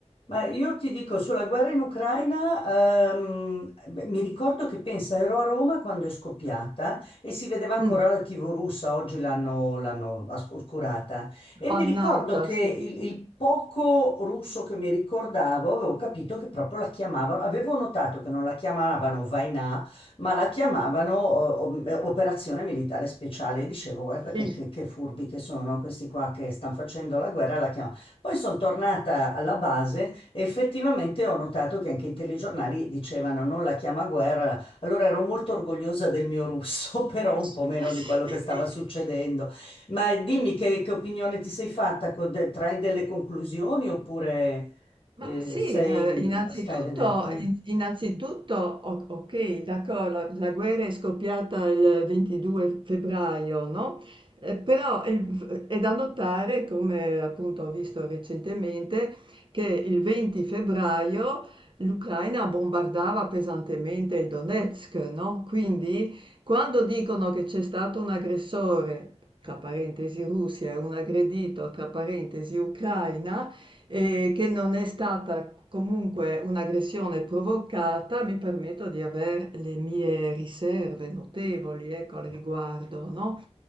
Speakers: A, on the left; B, on the right.
A: Ma io ti dico, sulla guerra in Ucraina, ehm, beh, mi ricordo che pensa, ero a Roma quando è scoppiata e si vedeva ancora
B: Mm.
A: la TV russa, oggi l'hanno l'hanno as- oscurata. E
B: Pannata,
A: mi ricordo che
B: sì.
A: il, il poco russo che mi ricordavo, avevo capito che proprio la chiamavano, avevo notato che non la chiamavano Vainà, ma la chiamavano o- o- Operazione Militare Speciale. E dicevo, guarda che,
B: Sì.
A: che- che furbi che sono questi qua che stanno facendo la guerra, la chiamavano. Poi sono tornata alla base e effettivamente ho notato che anche i telegiornali dicevano non la chiama guerra, allora ero molto orgogliosa del mio russo, <laughs> però un po'
B: <laughs>
A: meno di quello che stava succedendo. Ma dimmi che, che opinione ti sei fatta, co- de- trai delle conclusioni oppure
B: Ma
A: eh,
B: sì,
A: sei,
B: eh, innanzitutto,
A: stai a vedere. eh?
B: in- innanzitutto, o- ok, d'accordo, la, la guerra è scoppiata il 22 febbraio, no? Eh, però il- è da notare, come appunto ho visto recentemente, che il 20 febbraio l'Ucraina bombardava pesantemente il Donetsk, no? Quindi quando dicono che c'è stato un aggressore, tra parentesi Russia, e un aggredito, tra parentesi Ucraina, eh, che non è stata comunque un'aggressione provocata, mi permetto di avere le mie riserve notevoli ecco, al riguardo, no?